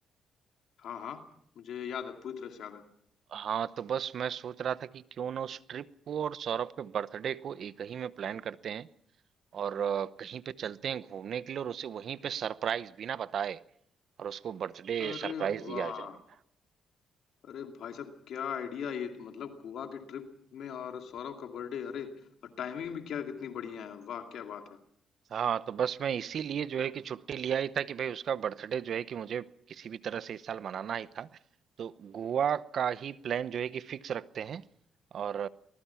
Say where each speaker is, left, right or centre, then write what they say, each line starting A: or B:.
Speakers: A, on the left; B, on the right.
A: हाँ, हाँ, मुझे याद है, पूरी तरह से याद है।
B: हाँ तो बस मैं सोच रहा था कि क्यों ना उस ट्रिप को और सौरभ के बर्थडे को एक ही में प्लान करते हैं और अ, कहीं पे चलते हैं घूमने के लिए और उसे वहीं पे सरप्राइज बिना बताए और उसको बर्थडे
A: अरे
B: सरप्राइज दिया
A: वाह!
B: जाए
A: अरे भाई साहब क्या आइडिया ये तो मतलब गोवा की ट्रिप में और सौरभ का बर्थडे अरे और टाइमिंग भी क्या कितनी बढ़िया है वाह क्या बात है
B: हाँ तो बस मैं इसीलिए जो है कि छुट्टी लिया ही था कि भाई उसका बर्थडे जो है कि मुझे किसी भी तरह से इस साल मनाना ही था तो गोवा का ही प्लान जो है कि फिक्स रखते हैं और